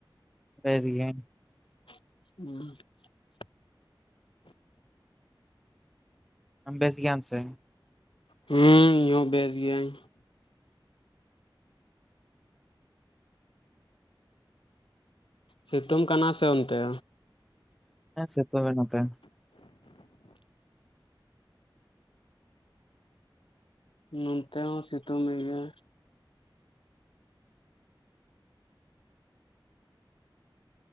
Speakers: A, in the centre; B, on the left (about 75°).
A: ᱵᱮᱥᱜᱤᱭᱟᱹᱧ᱾
B: <unintelligible>
A: ᱟᱢ ᱵᱮᱥ ᱜᱮᱭᱟᱢ ᱥᱮ
B: ᱦᱮᱸ ᱤᱧᱦᱚᱸ ᱵᱮᱥ ᱜᱤᱭᱟᱹᱧ ᱥᱤᱛᱩᱝ ᱠᱟᱱᱟ ᱥᱮ ᱚᱱᱛᱮ
A: ᱦᱮᱸ ᱥᱤᱛᱩᱝ ᱱᱚᱛᱮ
B: ᱱᱚᱱᱛᱮ ᱦᱚᱸ ᱥᱤᱛᱩᱝ ᱮ ᱜᱮᱭᱟ